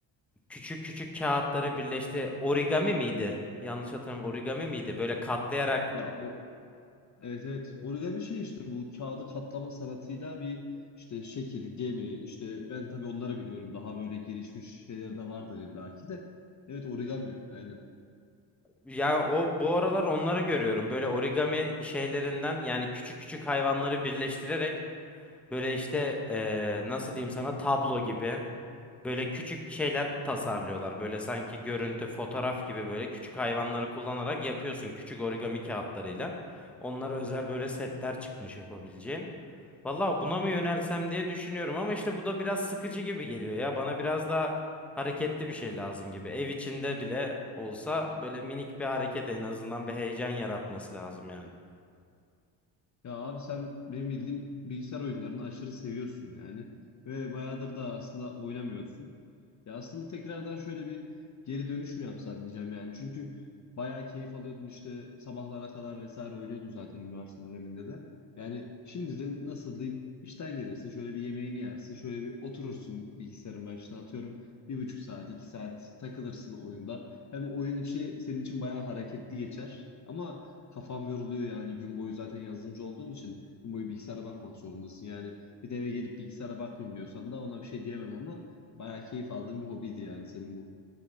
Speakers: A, in the centre; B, on the left.
A: küçük küçük kağıtları birleşti. Origami miydi? Yanlış hatırlamıyorum. Origami miydi? Böyle katlayarak
B: Ya o evet evet origami şey işte bu kağıdı katlama sanatıyla bir işte şekil, gemi işte ben tabii onları biliyorum. Daha böyle gelişmiş şeyleri de vardır illaki de. Evet origami aynen.
A: Ya o bu aralar onları görüyorum. Böyle origami şeylerinden yani küçük küçük hayvanları birleştirerek böyle işte eee, nasıl diyeyim sana tablo gibi böyle küçük şeyler tasarlıyorlar. Böyle sanki görüntü, fotoğraf gibi böyle küçük hayvanları kullanarak yapıyorsun küçük origami kağıtlarıyla. Onlara özel böyle setler çıkmış yapabileceğin. Valla buna mı yönelsem diye düşünüyorum ama işte bu da biraz sıkıcı gibi geliyor ya. Bana biraz daha hareketli bir şey lazım gibi. Ev içinde bile olsa böyle minik bir hareket en azından bir heyecan yaratması lazım yani.
B: Ya abi sen benim bildiğim bilgisayar oyunlarını aşırı seviyorsun yani. Ve bayağıdır da aslında oynamıyorsun. Ya aslında tekrardan şöyle bir geri dönüş mü yapsan diyeceğim yani. Çünkü bayağı keyif alıyordun işte sabahlara kadar vesaire oynuyordun zaten üniversite döneminde de. Yani şimdi de nasıl diyeyim işten gelirsin şöyle bir yemeğini yersin şöyle bir oturursun bilgisayarın başına atıyorum bir buçuk saat iki saat takılırsın oyunda. Hem oyun içi senin için bayağı hareketli geçer ama kafam yoruluyor yani gün boyu zaten yazılımcı olduğun için gün boyu bilgisayara bakmak zorundasın. Yani bir de eve gelip bilgisayara bakmayayım diyorsan da ona bir şey diyemem ama bayağı keyif aldığım bir hobiydi yani senin bu.